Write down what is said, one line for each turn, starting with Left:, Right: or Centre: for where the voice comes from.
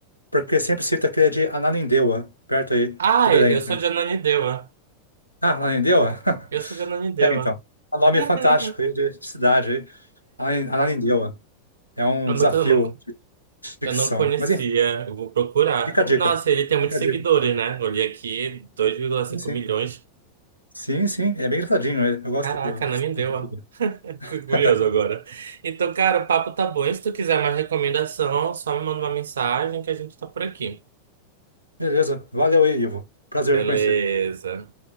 Left: porque sempre cita aquele de Ananindeua, perto aí
Right: Ah,
Left: de Belém,
Right: eu eu sou
Left: né?
Right: de Ananindeua.
Left: Ah, Ananindeua? <laughs>
Right: Eu sou de Ananindeua.
Left: É, então. o nome
Right: <laughs>
Left: é fantástico aí de cidade aí. Ana- Ananindeua. É um
Right: Eu
Left: desafio
Right: nunca, eu nunca,
Left: de ficção.
Right: Eu não conhecia,
Left: Mas enfim,
Right: eu vou procurar.
Left: fica a dica.
Right: Nossa, ele tem muitos
Left: Fica a
Right: seguidores,
Left: dica.
Right: né? Olhei aqui, dois vírgula cinco
Left: Sim, sim.
Right: milhões.
Left: Sim, sim, é bem engraçadinho ele. Eu gosto
Right: Caraca,
Left: do,
Right: não
Left: do,
Right: me deu. ó.
Left: do- do-
Right: <laughs>
Left: <laughs>
Right: Fico curioso agora. Então, cara, o papo tá bom. E se tu quiser mais recomendação, só me manda uma mensagem que a gente tá por aqui.
Left: Beleza, valeu aí, Ivo. Prazer
Right: Beleza.
Left: em conhecer.